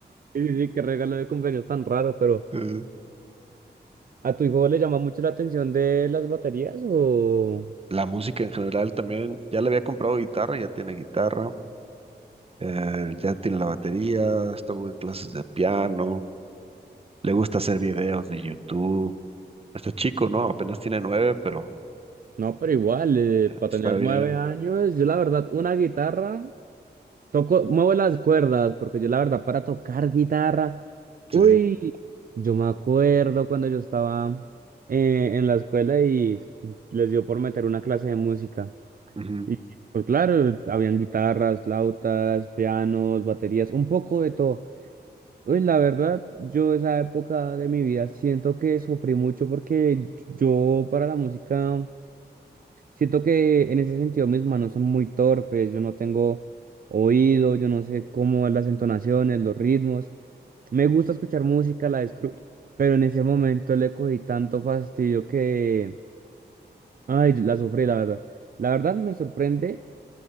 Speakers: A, on the right (about 55°); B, on the right (about 35°).
A: sí, sí, sí, qué regalo de cumpleaños tan raro, pero
B: <laughs>
A: ¿a tu hijo le llama mucho la atención de las baterías o...?
B: La música en general también, ya le había comprado guitarra, ya tiene guitarra, eh, ya tiene la batería, estuvo en clases de piano, le gusta hacer videos de YouTube. Está chico, ¿no? Apenas tiene nueve, pero
A: No, pero igual, eh, para
B: está
A: tener
B: bien.
A: nueve años, yo la verdad, una guitarra, toco, muevo las cuerdas, porque yo la verdad, para tocar guitarra,
B: Sí.
A: uy, yo me acuerdo cuando yo estaba eh, en la escuela y les dio por meter una clase de música.
B: Ujú.
A: Y pues claro, habían guitarras, flautas, pianos, baterías, un poco de todo. Uy, la verdad, yo esa época de mi vida siento que sufrí mucho porque yo para la música siento que en ese sentido mis manos son muy torpes, yo no tengo oído, yo no sé cómo las entonaciones, los ritmos. Me gusta escuchar música, la disfruto, pero en ese momento le cogí tanto fastidio que, ay, la sufrí, la verdad. La verdad me sorprende